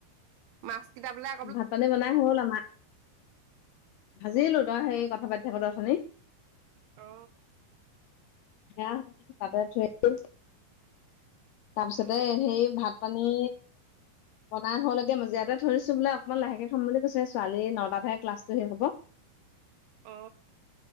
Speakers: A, on the right (about 70°); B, on the left (about 75°).
A: মাছ কেইটাবিলাক
B: ভাত - পানী বনাই হ'ল আমাৰ। ভাজিলো তই সেইৰি কথা পাতি থাকোতে অথনি।
A: অ।
B: সেয়া বাতত থৈ আহিলোঁ। তাৰপিছতে
A: অ
B: সেই ভাত - পানী বনাই হ'ল এতিয়া মজিয়াতে থৈ দিছোঁ বোলে অকণমান লাহেকে খাম বুলি কৈছে ছোৱালী নটা হে ক্লাছটো শেষ হ'ব।
A: অ।